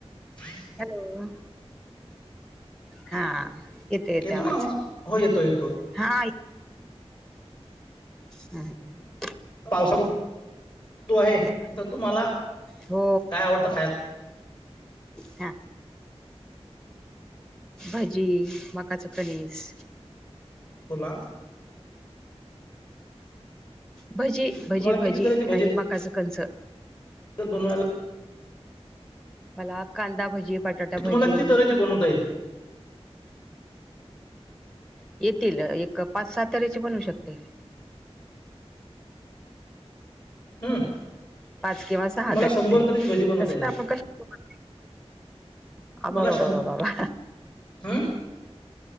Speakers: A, on the left (about 45°); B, in the centre.
A: <inaudible>
B: Hello! हा, येते येते
A: येतो
B: आवाज
A: ना हो येतो येतो
B: हा हम्, हम, हम
A: पावसाळ आहे
B: काय
A: तर तुम्हाला
B: हो
A: काय आवडतं खायला
B: ह भाजी माकाचा कनीस
A: बोला
B: भजी,
A: तुम्हाला
B: भजी,
A: किती
B: भजी
A: तऱ्हेचे
B: आणि मकाचं कंस
A: बनवायला <unintelligible>
B: मला कांदा भजी, बटाटा
A: तुम्हाला
B: भजी
A: किती तऱ्हेचे बनवता येतात
B: येतील, एक पाच सहा तऱचे बनू शकते.
A: हम्म.
B: पाच किंवा सहा
A: मला
B: तारखे
A: शंभर तऱ्हेची भजी बनवता
B: तस
A: येतात
B: तर आपण क <unintelligible> अबाबाबाबाबाबा
A: मला शं हं?